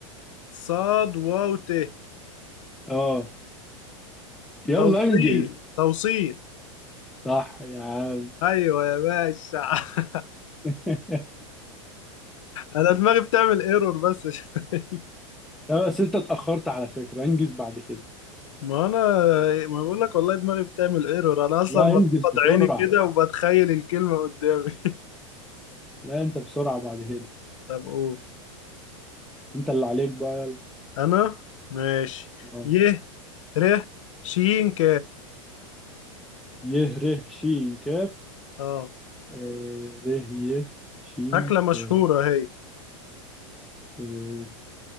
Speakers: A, on the left; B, in the centre.
A: صاد واو ت
B: اه يلا
A: توصيل
B: انجز
A: توصيل
B: صح يا عم
A: ايوه يا باشا <laughs>
B: <laughs>
A: انا دماغي بتعمل ايرور بس شوية.
B: لا بس انت اتأخرت على فكرة انجز بعد كده
A: ما انا ما بقول لك والله دماغي بتعمل ايرور انا اصلا
B: لا
A: بغمض
B: انجز بسرعة
A: عيني كده وبتخيل الكلمه قدامي
B: لا انت بسرعة بعد كده
A: <laughs> طب قول
B: انت اللي عليك بقى يلا
A: انا ماشي
B: اه
A: ي ر ش ك
B: يه ره شين كاف
A: اه
B: آه، ره يه شين
A: اكله مشهوره
B: كاف
A: هي
B: آه،